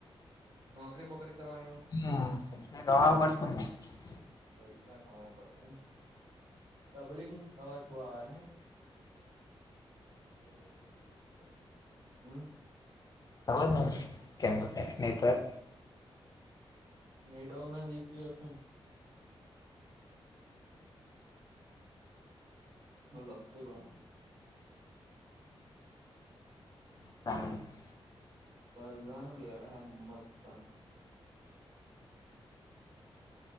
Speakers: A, on the right; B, on the left.
A: નોકરી બોકરી કરવાની એવું
B: <unintelligible>
A: પૈસા કમાવો પડશે ડબલિંગ અવાજ બોવ આવે નહિ. <unintelligible> હમ્મ.
B: ખબર નઈ કેમ એવું થાય નેટવર્ક
A: નેટવર્કનો જ ઈશુ હશે ન. બોલો શું કરો.
B: <inaudible>
A: બાર જોવાના બેહાડા હે મસ્ત.